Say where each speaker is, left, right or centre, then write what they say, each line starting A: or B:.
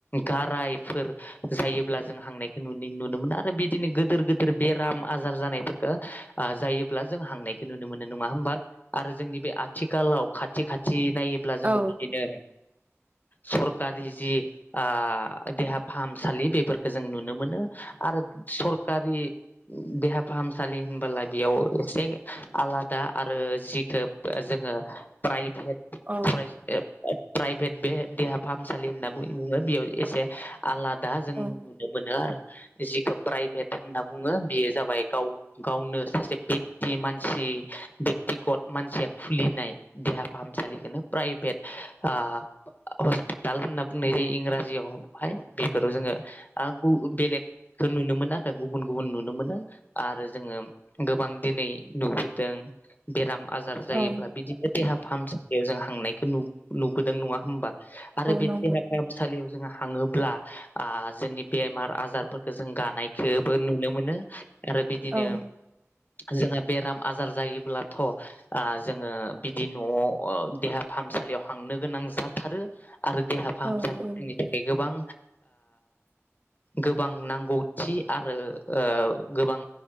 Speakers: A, on the left; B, on the right.
A: गारायफोर जायोब्ला जों हांनायखौ नुनो मोनो आरो बिदिनो गोदोर गोद। दोर बेराम आजार जानायफोरखो जायोब्ला जों हांनाय। नुनो मोननाय नङा होमबा आरो जोंनि बे आथिखालाव खाथि खाथि। नायोब्ला जोङो
B: औ
A: बिदिनो। सरकारि जि आ देहा फाहामसालि बेफोरखो जों नुनो मोनो। नों आरो सरकारनि। देहा फाहामसालि होनबोला बेयाव एसे आलादा आरो जिखो। जोङो प्रभेट
B: औ
A: फरायसा प्राइभेट बे देहा। फाहामसालि होनना बुङो बेयाव एसे आलादा जों
B: औ
A: नुनो मोनो आरो। जिखौ प्राइभेट होनना बुङो बेयो जाबाय गाव गावनो सासे बे। बि मानसि बेक्तिगत मानसिया खुलिनाय देहा फाहामसालि। इखोनो प्राइभेट ओ। हस्पिटाल होनना बुंनाय जायो इंराजियावहाय बेफोराव जोङो ओ गु बेलेग। खो नुनो मोनो आरो गुबुन गुबुन नुनो मोनो आरो जोङो गोबां दिनै नुबोदों। बेराम आजार जायोब्ला
B: औ
A: बिदिनो देहा फाहामसालियाव जों हांनायखो नु। नुबोदों नङा होमबा आरो बे
B: नंगौ
A: देहा फाहामसालियाव जों। जोङो हाङोब्ला जोंनि बेमार आजारफोरखौ जों गा। बो नुनो मोनो आरो बिदिनो
B: औ
A: जोंहा बेराम आजार जायोब्लाथ' जोङो बिदि न'आव देहा फाहामसालियाव हांनो गोनां जाथारो आरो देहा फाहामसालिफोरनि
B: औ
A: थाखाय गोबां गोबां नांगौथि आरो गोबां